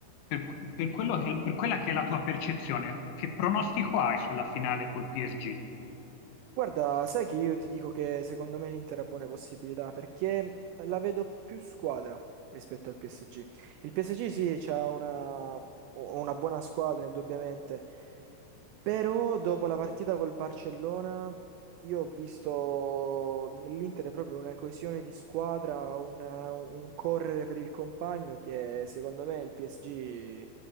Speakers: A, on the left; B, on the right.
A: Per, per quello che- per quella che è la tua percezione, che pronostico hai sulla finale col PSG?
B: Guarda, sai che io ti dico che secondo me l'Inter ha buone possibilità perché la vedo più squadra rispetto al PSG. Il PSG sì, c'ha una, una buona squadra indubbiamente, però dopo la partita col Barcellona io ho visto nell'Inter proprio una coesione di squadra, un, un correre per il compagno che secondo me il PSG